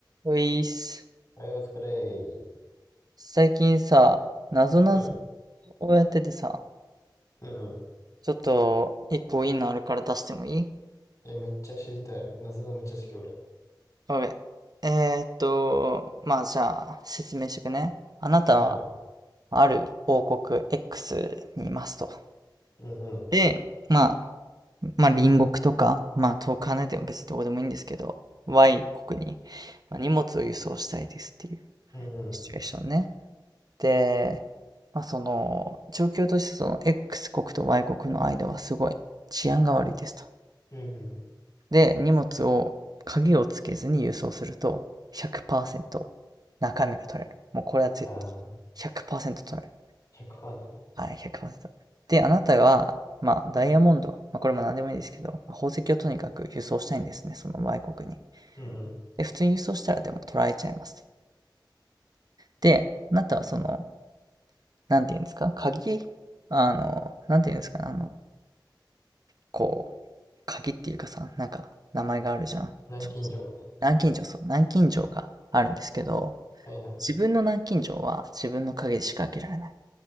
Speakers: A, on the right; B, on the left.
A: ういっす。
B: はい、お疲れ。
A: 最近さ、なぞなぞ
B: うん、
A: をやっててさ、
B: うん、うん。
A: ちょっと一個いいのあるから出してもいい
B: え、めっちゃ知りたい。なぞなぞめっちゃ好き、俺。
A: オッケー。えーっと、まあじゃあ説明してくね。あなたは
B: はい。
A: ある王国 X にいますと。
B: うん、うん、
A: で、まあ、まあ隣国とか、まあ遠く離れても別にどこでもいいんですけど、Y 国に、まあ、荷物を輸送したいですっていう
B: うん、うん、
A: シチュエーションね。で、まあ、その状況としてその X 国と Y 国の間はすごい治安が悪いですと。
B: うん、
A: で、荷物を鍵をつけずに輸送すると100%中身が取れる。もうこれは絶対100%
B: うん。ああ、
A: 取れる。
B: 100%なんだ。
A: はい、100%。で、あなたは、まあ、ダイヤモンド、まあ、これも何でもいいんですけど、宝石をとにかく輸送したいんですね、その Y 国に。
B: うん、うん。
A: で、普通に輸送したらでも取られちゃいますと。で、あなたはその、なんていうんですか、鍵、あの、なんていうんですかね、あの、こう、鍵っていうかさ、なんか名前があるじゃん。
B: 南京錠みたいな。
A: 南京錠、そう、南京錠があるんですけど、
B: はい、はい。
A: 自分の南京錠は自分の鍵でしか開けられない。